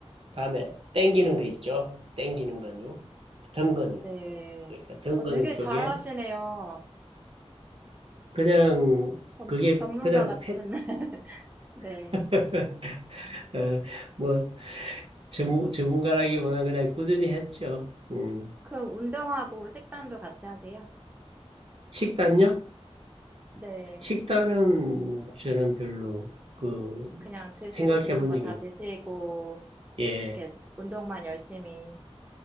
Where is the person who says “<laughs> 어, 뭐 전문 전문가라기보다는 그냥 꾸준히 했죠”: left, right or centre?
Right